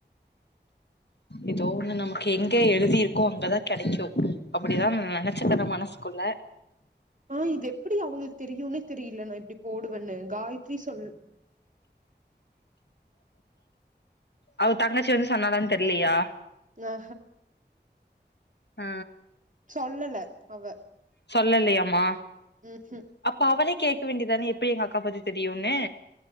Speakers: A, on the left; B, on the right.
A: எதோ ஒண்ணு நமக்கு எங்க எழுதிருக்கோ அங்கதா கெடைக்கும் அப்டிதா ந நனைச்சக்கிற மனசு குள்ள
B: ஆ இது எப்டி அவங்களுக்கு தெரியும்னு தெரியல நா இப்டி போடுவேன்னு காயத்ரி சொல்
A: அவ தங்கச்சி வந்து சொன்னாலானு தெர்லியா
B: ஆ
A: ஆ
B: சொல்லல அவ
A: சொல்லலையமா
B: உஹூம்
A: அப்ப அவளே கேட்க வேண்டிதான எப்டி எங்க அக்கா பத்தி தெரியும்னு